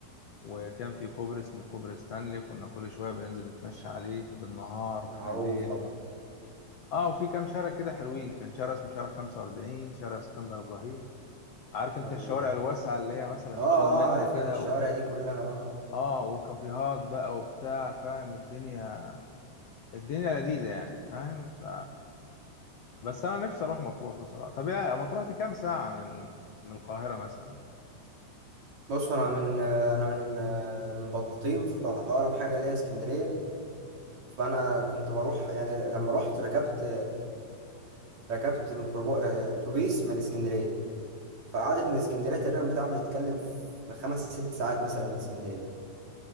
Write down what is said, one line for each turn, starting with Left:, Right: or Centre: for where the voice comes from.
Left: وكان في كوبري اسمه كوبري ستانلي كنا كل شوية بننزل نتمشى عليه بالنهار
Right: معروف
Left: بالليل
Right: طبعا
Left: اه وفي كام شارع كده حلوين كان شارع اسمه شارع 45 شارع اسكندر إبراهيم عارف انت
Right: مظبوط
Left: الشوارع الواسعة اللي هي مثلا
Right: اه
Left: 20 متر
Right: اه عارفها
Left: كده
Right: الشوارع
Left: و...
Right: دي كلها اه
Left: اه وكافيهات بقى وبتاع فاهم والدنيا الدنيا لذيذة يعني فاهم ف بس انا نفسي اروح مطروح بصراحه طب يا مطروح دي كام ساعه من من القاهره مثلا
Right: بص انا من آه، انا من آه، من بلطيم فاقرب حاجه ليا اسكندريه فانا كنت بروح يعني لما رحت ركبت ركبت ميكروبو آه، اتوبيس من اسكندريه فقعدت من اسكندريه تقريبا بتاع بنتكلم في خمس ست ساعات مثلا من اسكندريه